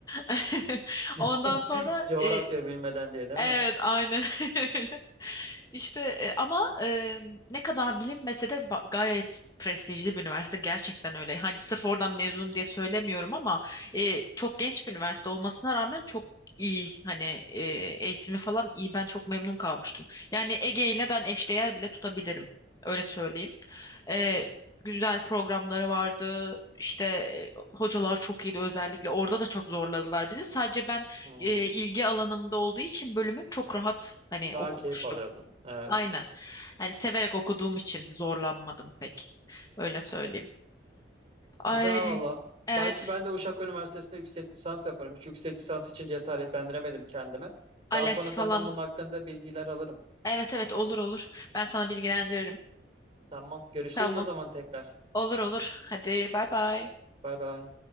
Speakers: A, on the left; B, on the right.
A: <laughs>
B: <laughs>
A: Ondan sonra
B: Coğrafya
A: e,
B: bilmeden diye değil mi?
A: Evet, aynen öyle. <laughs> İşte e, ama e, ne kadar bilinmese de ba- gayet prestijli bir üniversite gerçekten öyle. Hani sırf oradan mezunum diye söylemiyorum ama e, çok genç bir üniversite olmasına rağmen çok iyi hani e, eğitimi falan iyi. Ben çok memnun kalmıştım. Yani Ege ile ben eşdeğer bile tutabilirim. Öyle söyleyeyim. E, güzel programları vardı. İşte e, hocalar çok iyiydi özellikle. Orada da çok zorladılar bizi. Sadece ben
B: Hmm.
A: e, ilgi alanımda olduğu için bölümüm çok rahat hani
B: Daha
A: okumuştum.
B: keyif alıyordun. Evet.
A: Aynen. Hani severek okuduğum için zorlanmadım pek. Öyle söyleyeyim. Ay
B: Güzel valla.
A: evet.
B: Belki ben de Uşak Üniversitesi'nde yüksek lisans yaparım. Hiç yüksek lisans için cesaretlendiremedim kendime.
A: ALES
B: Daha sonra
A: falan.
B: senden bunun hakkında bilgiler alırım.
A: Evet evet olur olur. Ben sana bilgilendiririm.
B: Tamam. Görüşürüz
A: Tamam.
B: o zaman tekrar.
A: Olur olur. Hadi bay bay.
B: Bay bay.